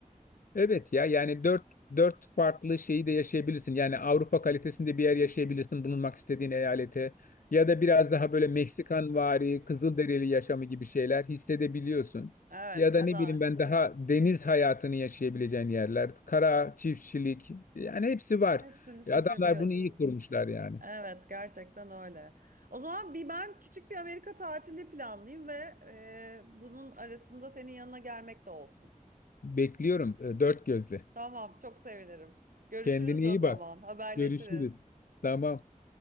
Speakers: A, on the left (about 75°); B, on the right (about 75°).
A: Evet ya yani dört, dört farklı şeyi de yaşayabilirsin. Yani Avrupa kalitesinde bir yer yaşayabilirsin bulunmak istediğin eyalete. Ya da biraz daha böyle Meksikanvari, Kızılderili yaşamı gibi şeyler hissedebiliyorsun.
B: Evet,
A: Ya
B: güzel.
A: da ne bileyim ben daha deniz hayatını yaşayabileceğin yerler, kara çiftçilik yani hepsi var.
B: Hepsini seçebiliyorsun.
A: Adamlar bunu iyi kurmuşlar yani.
B: Evet, gerçekten öyle. O zaman bir ben küçük bir Amerika tatili planlayayım ve e, bunun arasında senin yanına gelmek de olsun.
A: Bekliyorum e, dört gözle.
B: Tamam, çok sevinirim. Görüşürüz
A: Kendine iyi
B: o zaman.
A: bak.
B: Haberleşiriz.
A: Görüşürüz. Tamam.